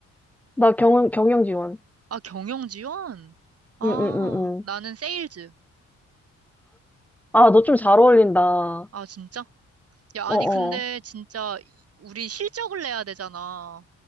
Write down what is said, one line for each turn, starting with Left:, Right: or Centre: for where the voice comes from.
Centre: 나 경영, 경영 지원.
Right: 아, 경영 지원? 아,
Centre: 응, 응, 응, 응.
Right: 나는 세일즈.
Centre: 아, 너 좀 잘 어울린다. 어,
Right: 아, 진짜? 야, 아니,
Centre: 어.
Right: 근데 진짜 우리 실적을 내야 되잖아.